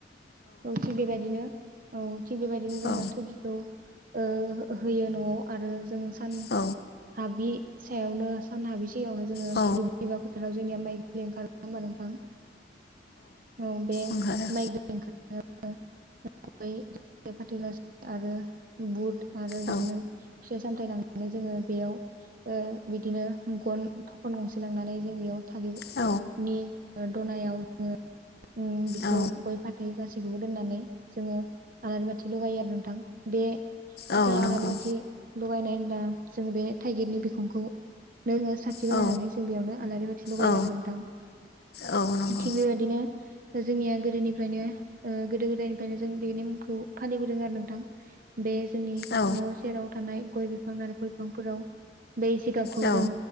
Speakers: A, on the right (about 50°); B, on the left (about 60°).
A: औ थिग बेबायदिनो औ बेबायदिनो जोङो
B: औ
A: थोगिखौ ओ होयो। न'आव आरो जोङो सान
B: औ
A: हाबि सायावनो सान हाबिसेयावनो जोङो
B: औ
A: दुब्लिबा फोथाराव जोंनिया माइ गि ओंखार होमबा नोंथां? औ बे
B: ओंखारो
A: माइ <unintelligible> ओंखार <unintelligible> फाथैग आरो बुट आरो
B: औ
A: बिदिनो फिथाय सामथाय लांनानै जोङो बेयाव बिदिनो गन फन गंसे लांनानै जों बेयाव थालिर
B: औ
A: नि दनायाव जोङो उम बेखौ
B: औ
A: गय फाथै गासैखौबो दोननानै जोङो आलारि बाथि लगायो आरो नोंथां। बे। फोथा
B: औ नंगौ
A: अनारि बथि लगायनाय उम जों बे थाइगिरनि बिखुंखौ लोङो। बानायनानै
B: औ नंगौ औ
A: जों बेयावनो आलारि बाथि लगायो
B: औ
A: आरो नोंथां।
B: औ नंगौ
A: थिक बेबायदिनो जोंनिया गोदोनिफ्रायनो ओ गोदो गोदायनिफ्रायनो, जों बे नेमखौ फालिबोदों आरो नोंथां बे जोंनि
B: औ
A: न' सेराव थानाय गय बिफां नालेखर बिफांफोराव बै जिगाबखौ
B: औ
A: जों